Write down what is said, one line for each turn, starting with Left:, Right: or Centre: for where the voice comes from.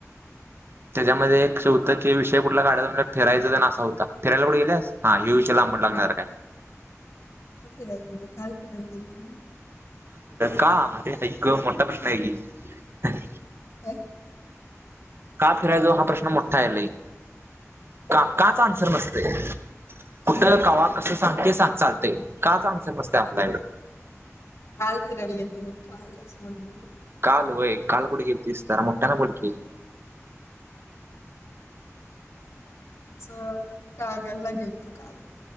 Right: त्याच्यामध्ये एक होतं की... विषय कुठला काढायचा म्हण... फिरायचा ते असा होता. फिरायला कुठे गेल्यास... हा हे विषय लाव. म्हटल लागणार काय.
Left: कुठ फिरायला गेलेलो... काल फिरायला गेलतो. तुमही-
Right: का? <unintelligible> आई गं मोठा प्रश्न आहे की.
Left: अ..
Right: का... फिरायला जाऊ हा प्रश्न मोठा आहे की लयं... का काच आन्सर नसतेय. कुठ.. कवा.. कसं.. ते सांग चालतंय. काचं आनसर कस काय म्हणता येईल.
Left: काल फिरायला गेलतो मी काल असं म्हंटलो.
Right: कालं वी... काल कुठं गेलतीस.. जरा मोठयानं बोल की...
Left: चं कागलला गेलतो काल.